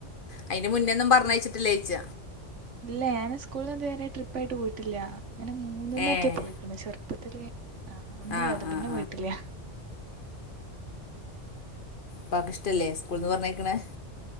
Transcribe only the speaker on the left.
അയിന്റെ മുന്നേന്നും പറഞ്ഞയച്ചിട്ടില്ലേ യ്ച്ച
ഏഹ്
ആഹ്
ആഹ്
പ്പാക്ക് ഇഷ്ടല്ലേ സ്കൂൾന്ന് പറഞ്ഞേക്കണേ